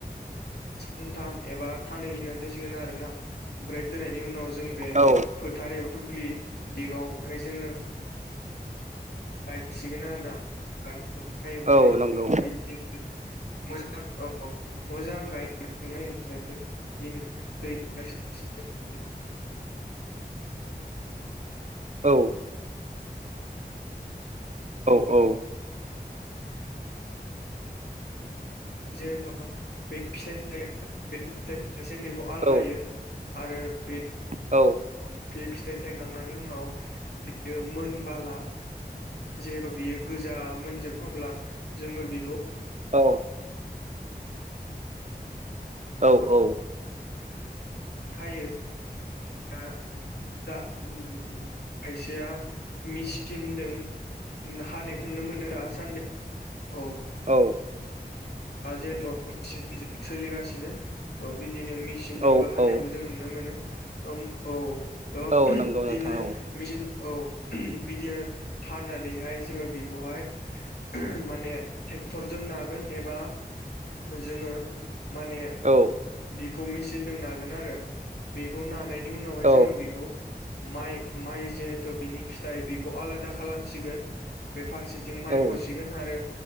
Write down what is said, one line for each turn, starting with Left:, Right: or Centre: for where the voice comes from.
Left: सानथाम एबा सानैैनो दोनसिगोन आरोना ओमफ्राय दोननायनि उनाव जों बे
Right: औ
Left: फो थार ए दुब्लि बेगावहाय जोङो गायसिगोन आरोना। गान ओमफ्राय ओमफ्रायो
Right: औ नंगौ
Left: बि <unintelligible> औ मोजां गाय <unintelligible> <unintelligible> <unintelligible> औ <unintelligible>
Right: औ औ औ
Left: जिहेथु बे फिथाइ बे फिथ <unintelligible> सिम बेखौ आल
Right: औ
Left: लायो आरो बे
Right: औ
Left: बे फिथाइ थायखांनायनि उनाव बियो मोनबाला जिहेथु बियो गोजा मोनजोबनोब्ला जोङो बेखौ
Right: औ औ औ।
Left: हायो दा दा <unintelligible> खायसेया मिसथिनदों उम हानायखौ नुनो मोनो रा सान्दों औ।
Right: औ।
Left: दा जिहेथु मिचननि जुग सोलिगासिनो थ' बिदिनो मि सिनदोंबो
Right: औ
Left: हानायखौ
Right: औ
Left: जों नुनो मोनो औ थ'
Right: औ
Left: बिदिनो
Right: नंगौ नोंथां
Left: मेचिन औ बिदिनो हानानैहाय जोङो बेखौहाय माने ट्रेक्टरजों नागोन एबा जोङो माने
Right: औ
Left: बेखौ मेचिनजों नागोन आरो बेखौ नानायनि उनावहाय
Right: औ
Left: जोङो बेखौ माइ माइ जिहेथु बिनि फिथाइ बेखौ आलादा खालामसिगोन बेफारसि थिं माइ
Right: औ
Left: गसिगोन आरो